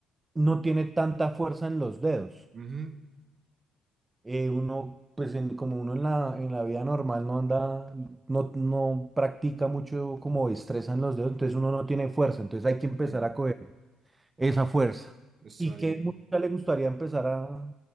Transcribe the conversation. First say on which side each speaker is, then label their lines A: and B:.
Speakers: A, on the right; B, on the right.
A: no tiene tanta fuerza en los dedos.
B: Ujú.
A: Eh, uno, pues en- como uno en la, en la vida normal no anda, no, no practica mucho como destreza en los dedos, entonces uno no tiene fuerza. Entonces hay que empezar
B: Sí,
A: a coger esa fuerza.
B: está
A: ¿Y qué
B: bien.
A: música le gustaría empezar a,